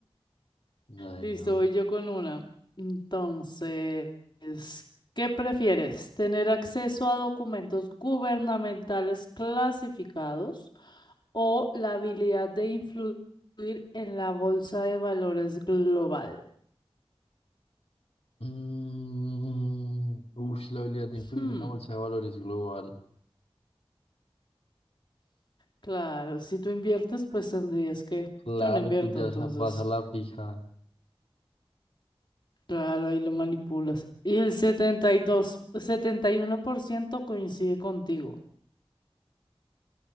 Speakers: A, on the left; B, on the left.
A: ay
B: Listo,
A: no.
B: voy yo con una. Entonces, ¿qué prefieres? ¿Tener acceso a documentos gubernamentales clasificados o la habilidad de influir en la bolsa de valores global?
A: Mm, ush, la habilidad de influir
B: Hmm,
A: en una bolsa de valores global.
B: claro, si tú inviertes, pues tendrías que...
A: Claro,
B: Yo no invierto,
A: tú ya
B: entonces.
A: sa- vas a la fija.
B: Claro, ahí lo manipulas. Y el setenta setenta y y dos, setenta y uno por ciento coincide contigo.